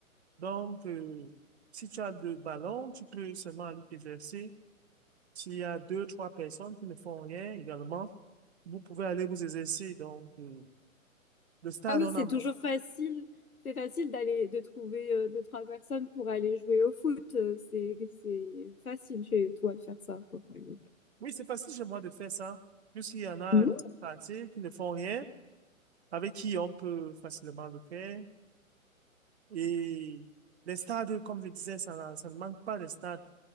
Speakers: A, on the right; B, on the left.
A: Donc, euh, si tu as deux ballons, tu peux seulement aller te verser. S'il y a deux, trois personnes qui ne font rien également, vous pouvez aller vous exercer. Donc, euh, le stade,
B: Ah oui,
A: on
B: c'est
A: a...
B: toujours facile. C'est facile d'aller de trouver euh, deux, trois personnes pour aller jouer au foot. Euh, C'est c'est facile chez toi de faire ça, quoi, par exemple.
A: Oui, c'est facile chez moi de faire ça. Puisqu'il y en a
B: Mhm.
A: partie qui ne font rien, avec qui on peut facilement le faire. Et les stades, comme je disais, ça, n'a- ça ne manque pas de stades.